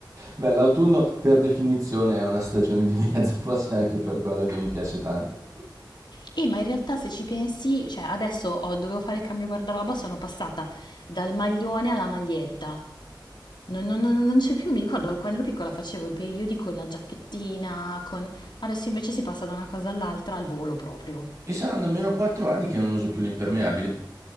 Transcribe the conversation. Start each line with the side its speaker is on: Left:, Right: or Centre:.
Right: Beh, l'autunno per definizione è una stagione di mezzo, <laughs> forse anche per quello che mi piace tanto.
Left: E Eh, ma in realtà se ci pensi, cioè adesso ho- dovevo fare il cambio guardaroba, sono passata dal maglione alla maglietta. Non, non- non- non c'è più, mi ricordo quando ero piccola facevo i periodi con la giacchettina, con... Adesso invece si passa da una cosa all'altra al volo proprio.
Right: E saranno almeno 4 anni che non uso più l'impermeabile.